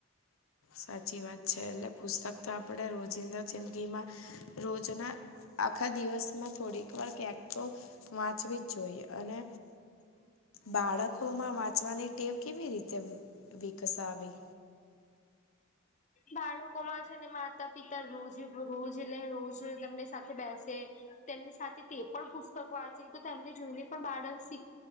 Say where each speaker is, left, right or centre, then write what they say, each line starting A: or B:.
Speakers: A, on the left; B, on the left.
A: સાચી વાત છે એટલે પુસ્તક તો આપણે રોજિંદા જિંદગીમાં રોજના. આખા દિવસમાં થોડીક વાર ક્યાંક તો વાંચવી જ જોઈએ અને.
B: <unintelligible> <unintelligible>
A: બાળકોમાં વાંચવાની ટેવ કેવી રીતે વિકસાવી
B: બાળકો માં છે ને માતા પિતા રોજ રોજ એટલે રોજ તમને સાથે બેસે. તેમની સાથે તે પણ પુસ્તક વાંચે તો તેમને જોઈને પણ બાળક શીખ.